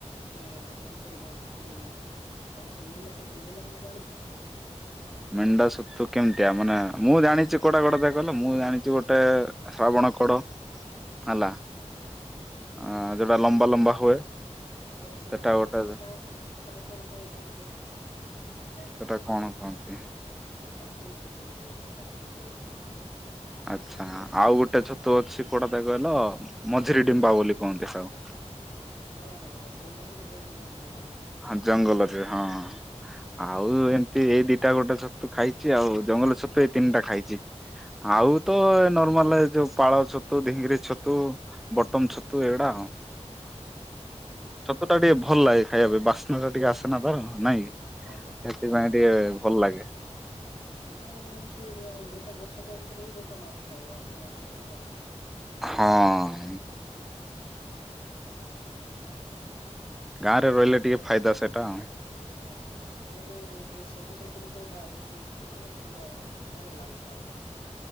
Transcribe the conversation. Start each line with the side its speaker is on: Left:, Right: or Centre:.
Left: ସେ ତମେ ଯୋଉ କହିଲ ଟୁଗୁଳି ଆଉ ସେ ମେଣ୍ଢା ସ ତୁ ସେ ମେଣ୍ଢା ସତୁ ଜାଣିଛ
Centre: ମେଣ୍ଣ୍ଡା ସତୁ କେମିତିଆ ମାନେ ମୁଁ ଜାଣିଛି କୋଡା କୋଡା କହିଲ ମୁଁ ଜାଣିଛି ଗୋଟେ ଶ୍ରାବଣ କଡ ହେଲା
Left: ହୁଁ
Centre: ଅ ଯଉଟା ଲମ୍ବା ଲମ୍ବା ହୁଏ
Left: ହଁ ସେଇଟା
Centre: ସେଟା ଗୋଟେ
Left: ସେଟା ସେଟା ଆମପଟ କଣ କୁହନ୍ତି କହିଲ? ସେଟାକୁ
Centre: ସେଟା କଣ କହନ୍ତି?
Left: ପାଟରୁ ଛତ ବୋଲି କୁହାନ୍ତି ପାଟରୁରୁ ବୋଲି କହୁଛନ୍ତି।
Centre: ଆଚ୍ଛା ଆଉ ଗୋଟେ ଛତୁ ଅଛି କୋଉଟା କହିଲ ମଝିରି ଡିମ୍ବା ବୋଲି କହନ୍ତି ତାକୁ।
Left: ହଁ ହଁ ହଁ ସେଗୁଡାକ ତ ଜଙ୍ଗଲରେ ଅଧିକ ଫୁଟେ।
Centre: ହ ଜଙ୍ଗଲରେ ହଁ। ଆଉ ଏମିତି ଏଇ ଦିଟା ଗୋଟେ ଛତୁ ଖାଇଛି ଆଉ ଜଙ୍ଗଲ ଛତୁ ଏଇ ତିନିଟା ଖାଇଛି। ଆଉ ତ ନର୍ମାଲ ଯୋଉ ପାଳ ଛତୁ ଡିଙ୍ଗିରି ଛତୁ ବଟମ ଛତୁ ଏଇ ଗୁଡା ଆଉ।
Left: ହୁଁ ହୁଁ।
Centre: ଛତୁ ଟିକେ ଭଲ ଲାଗେ ଖାଇବା ପାଇଁ ବାସ୍ନା ଟା ଟିକେ ଆସେ ନା ତାର ନାଇଁ କି।
Left: ହଁ।
Centre: ସେଥିପାଇଁ ଟିକେ ଭଲ ଲାଗେ।
Left: ହୁଁ। ହୁଁ ଆଉ ଏମିତିରେ ଆଉ ଗୋଟେ ବର୍ଷକୁ ଏମିତିରେ ବି ଗୋଟେ ମାସ ଖାଇବ ଆଉ କଣ ଅଧିକ ଖାଇପାରିବୁ କି।
Centre: ହଁ।
Left: ହ
Centre: ଗାଁରେ ରହିଲେ
Left: ତମ
Centre: ଟିକେଏ ଫାଇଦା ସେଇଟା ଆଉ।
Left: ହଁ। ତମକୁ ଏଇ ସବୁ ଛତରୁ କୋଉଟା ବେଶୀ ମାନେ ଭଲ ଭଲ ଲାଗେ ଖାଇବା ପାଇଁ?